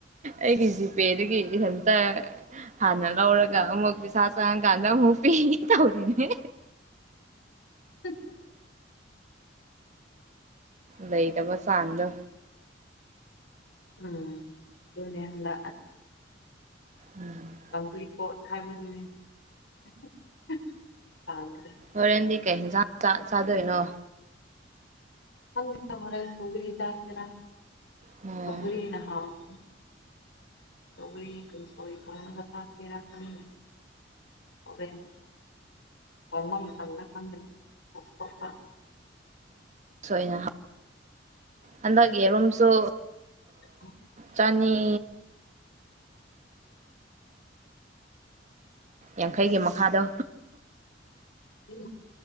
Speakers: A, on the right; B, on the left.
A: ꯑꯩꯒꯤ ꯖꯤꯄꯦꯗꯒꯤ ꯏꯊꯟꯇ ꯍꯥꯟꯅ ꯂꯧꯔꯒ ꯑꯃꯨꯛ ꯄꯩꯁꯥ ꯆꯡꯀꯥꯟꯗ ꯑꯃꯨꯛ ꯄꯤꯒꯦ ꯇꯧꯔꯤꯅꯦ
B: <unintelligible>
A: ꯂꯩꯇꯕ ꯆꯥꯡꯗꯣ
B: ꯎꯝ ꯑꯗꯨꯅꯦ ꯍꯟꯗꯛ
A: ꯎꯝ
B: <unintelligible> ꯀꯣꯠ ꯍꯥꯏꯕꯗꯨꯅꯤ <unintelligible>
A: ꯍꯣꯔꯦꯟꯗꯤ ꯀꯩ ꯌꯦꯟꯖꯥꯡ ꯆꯥ ꯆꯥꯗꯣꯏꯅꯣ
B: ꯈꯪꯗꯦꯗ ꯍꯣꯔꯦꯟ ꯁꯧꯒ꯭꯭ꯔꯤ ꯆꯥꯁꯤꯔ
A: ꯎꯝ
B: ꯁꯧꯒ꯭ꯔꯤꯅ ꯍꯥꯎꯒꯅꯤ ꯁꯧꯒ꯭ꯔꯤ ꯀꯡꯁꯣꯏ ꯊꯣꯡꯉꯒ ꯆꯥꯁꯤꯔꯥ ꯈꯪꯗꯦ ꯍꯣꯔꯦꯟ ꯊꯣꯡꯕ ꯃꯇꯝꯗ ꯈꯪꯒꯅꯤ ꯊꯣꯛ ꯊꯣꯛꯄꯥ
A: ꯁꯣꯏꯅ ꯍꯟꯗꯛ ꯌꯦꯔꯨꯝꯁꯨ
B: <unintelligible>
A: ꯆꯥꯅꯤ ꯌꯥꯡꯈꯩꯒꯤ ꯃꯈꯥꯗꯣ
B: ꯎꯝ